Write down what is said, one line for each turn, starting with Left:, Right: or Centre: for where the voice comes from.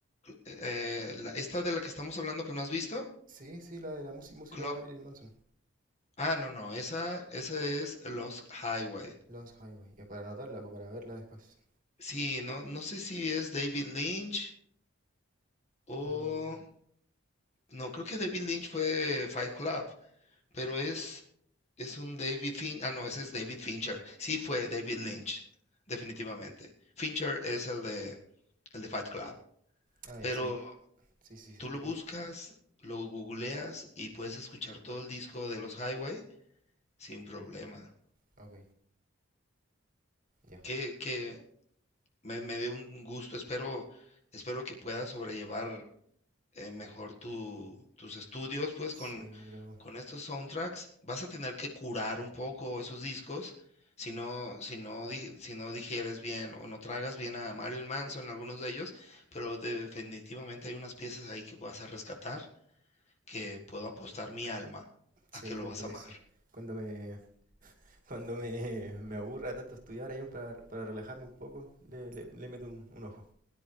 Left: Eh, la- esta de la que estamos hablando que no has visto,
Right: Sí, sí, la de la musi- música
Left: Clock.
Right: de Marilyn Manson.
Left: Ah, no, no, esa, esa es Los Highway.
Right: Lost Highway. Ya para anotarla o para verla después.
Left: Sí, no, no sé si es David Lynch o...
Right: No.
Left: No, creo que David Lynch fue Fight Club. Pero es, es un David Fincher. Ah, no, ese es David Fincher. Sí fue David Lynch, definitivamente. Fincher es el de, el de Fight Club.
Right: Ah,
Left: Pero
Right: ya, sí, Sí, sí, sí,
Left: tú
Right: estoy
Left: lo buscas,
Right: buscando.
Left: lo googleas y puedes escuchar todo el disco de los Highway sin problema.
Right: Ok, ya.
Left: Que, que me, me dio un gusto. Espero, espero que puedas sobrellevar eh, mejor tu- tus estudios, pues
Right: Sí,
Left: con,
Right: bro.
Left: con estos soundtracks vas a tener que curar un poco esos discos si no, si no, di- si no digieres bien o no tragas bien a Marilyn Manson, algunos de ellos, pero definitivamente hay unas piezas ahí que vas a rescatar que puedo apostar mi alma
Right: Sí,
Left: a que lo
Right: yo
Left: vas
Right: creo
Left: a amar.
Right: que sí. Cuando me, <laughs> cuando me, me aburra tanto estudiar ahí un para, para relajarme un poco, le, le, le meto un, un ojo.